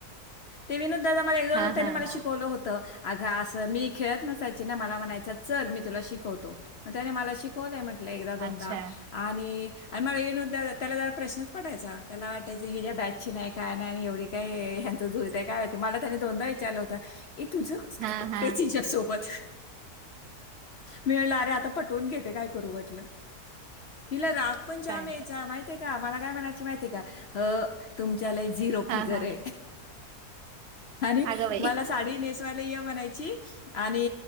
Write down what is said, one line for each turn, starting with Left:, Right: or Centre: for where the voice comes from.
Left: ते विनोद- मला एक
Right: हा
Left: त्यांनी
Right: हा
Left: मला
Right: हा
Left: शिकवलं होतं <unintelligible> अग, असं मी खेळत नसा ची, मला म्हणायचा चल तुला मी शिकवतो, मी त्यान मला शिक कोन <unintelligible> एकदा दोनदा
Right: अच्छा
Left: आणि.. आणि मला येऊन, त्याला जरा प्रश्नच पडायचा, त्याला वाटायचं, हिच्या बॅचची नाही, काय नाही आणि एवढी काय ह्यांचं जूळतय काय, मला त्यानी दोनदा विचारलं होत. ये, तुझं कस काय
Right: हा
Left: पटतय
Right: हा
Left: तिच्यासोबत? मिळणार, आता पटवून घेते काय <unintelligible> पण जाम
Right: काय
Left: यायचा, माहितेय का? मला काय म्हणायची माहितेय का? हं, तुम ज्याला झीरो
Right: हा
Left: फिगर
Right: हा
Left: है. आणि
Right: अगं बाई
Left: मला साडी नेसवायला ये म्हणायची आणि